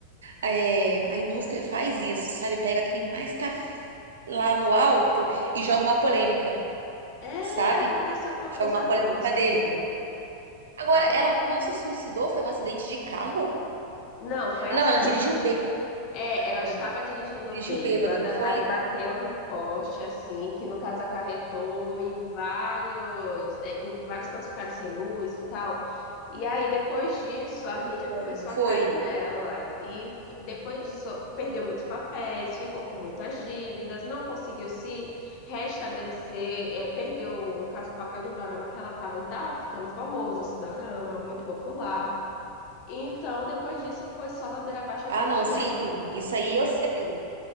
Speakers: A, on the right; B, on the left.
A: é, a indústria faz isso, sabe? Pega quem mais tá f- lá no alto e joga uma polêmica,
B: É,
A: sabe?
B: aconteceu com outros
A: Joga
B: atores
A: uma polêmica
B: também.
A: dele. Agora,
B: Aco-
A: ela não se suicidou? Foi um acidente de carro?
B: Não, foi
A: Não,
B: assim.
A: ela dirigiu bêbada.
B: É, ela
A: Ela
B: estava dirigindo
A: dirigiu
B: bêbada,
A: bêbada, não foi?
B: aí bateu num poste assim, que no caso acarretou em vários, é, em vários cantos ficaram sem luz e tal. E aí depois disso, a mídia
A: Foi,
B: começou
A: foi.
B: a cair nela e f- depois disso perdeu muitos papéis, ficou com muitas dívidas, não conseguiu se restabelecer, é, perdeu, no caso, o papel de um dorama que ela estava, e estava ficando famosa esse dorama, muito popular. Então, depois disso, foi só ladeira abaixo
A: Ah,
B: até
A: não,
B: que
A: sim.
B: ela
A: Isso aí eu sei.